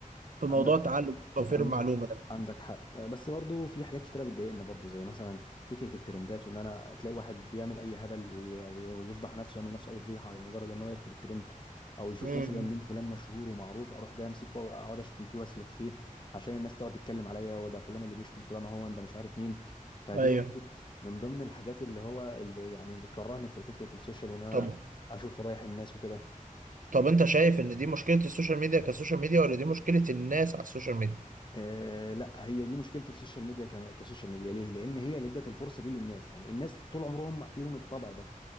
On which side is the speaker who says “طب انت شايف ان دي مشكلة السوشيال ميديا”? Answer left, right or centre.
Right